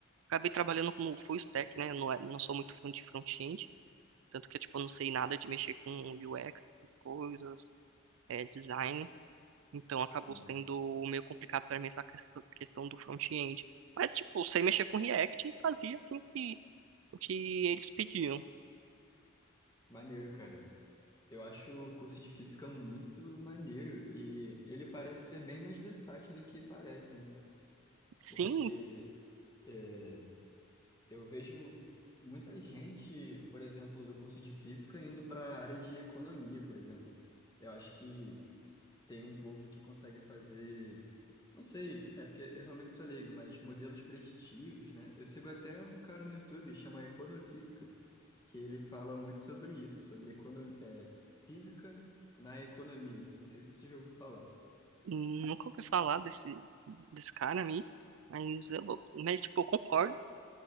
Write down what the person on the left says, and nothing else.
sim.
Maneiro, cara. Eu acho o curso de física muito maneiro e ele parece ser bem mais versátil do que parece, né?
Porque é, eu vejo muita gente, por exemplo, do curso de física indo para a área de economia, por exemplo. Eu acho que tem um povo que consegue fazer, não sei, é porque eu realmente sou leigo, mas modelos preditivos, né? Eu sigo até um cara no YouTube, chama Econofísica, que ele fala muito sobre isso, sobre econo... é, física na economia. Não sei se você já ouviu falar.